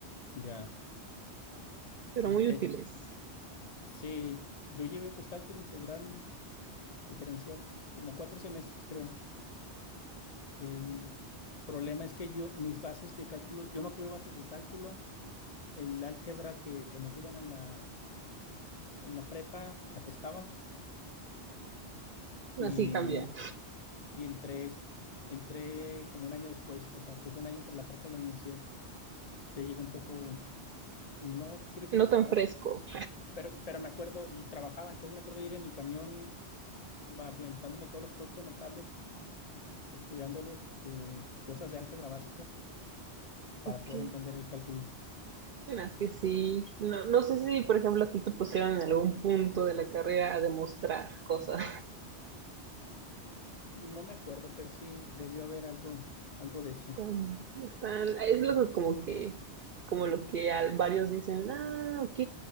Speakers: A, on the left; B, on the right.
A: ya.
B: pero
A: Sí,
B: muy
A: eh,
B: útiles.
A: sí, yo llevé pues cálculo integral diferencial como cuatro semestres, creo. El problema es que yo, mis bases de cálculo, yo no tuve bases de cálculo. El álgebra que nos dieron en la, en la prepa apestaba y,
B: Así cambia.
A: y entré, entré como un año después, o sea, dejé un año entre la prepa y la universidad. Ya llegué un poco, no quiero decir
B: No
A: oxidado,
B: tan fresco.
A: pero, pero me acuerdo y trabajaba, entonces me acuerdo ir en el camión va aventándome todos los productos notables, estudiándolos, eh, cosas de álgebra básicas para
B: Ok.
A: poder entender el cálculo.
B: Bueno, es que sí. No, no sé si, por ejemplo, a ti te pusieron en algún punto de la carrera a demostrar cosas.
A: No me acuerdo, pero sí debió haber algo, algo de eso.
B: Están, están- es lo que como que, como lo que al- varios dicen, ah, ok,